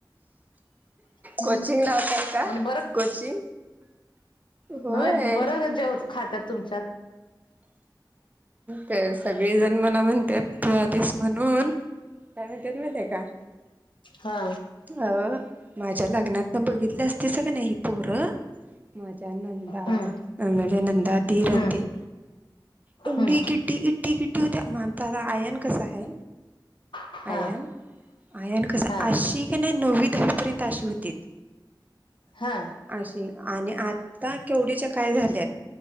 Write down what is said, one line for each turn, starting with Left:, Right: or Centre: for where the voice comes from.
Left: हम्म
Right: कोचिंग लावतय का
Left: आणि
Right: कोचिंग होय.
Left: नाही, बरं जेव खातात तुमच्यात
Right: तर सगळे जण मला म्हणतात तु आधीस म्हणून, काय म्हणतात माहितीये काय?
Left: हा
Right: आव माझ्या लग्नातन बघितल्या असतीस का नाही ही पोरं माझ्या नंदा,
Left: हम्म
Right: माझ्या नंदा धीर अन्
Left: हम्म
Right: ते एवढी
Left: हम्म
Right: गिटी गिट्टी गिट्टी होतत्या मानता आयन कसा आहे
Left: हा
Right: आयन? आयन कसं?
Left: हा
Right: अशी की नाय नववी दहावीपर्यंत अशी होती
Left: हा
Right: अशी आणि आता केवढ्याच्या काय झाल्यात